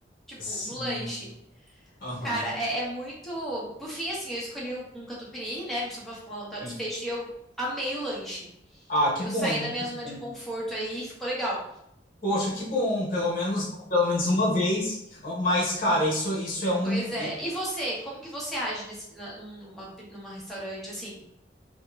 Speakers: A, in the centre; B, on the left (about 55°).
A: Tipo,
B: Sim,
A: no lanche.
B: aham.
A: Cara, é, é muito. Por fim, assim, eu escolhi o com catupiry, né? Só pra falar um tal
B: sim.
A: desfecho, e eu amei o lanche.
B: Ah, que
A: Eu
B: bom,
A: saí da
B: que
A: minha zona
B: bom.
A: de conforto aí, ficou legal.
B: Poxa, que bom, pelo menos, pelo menos uma vez. Mas, cara, isso, isso é um.
A: Pois é. E você, como que você age desse, na- num- numa, numa restaurante assim?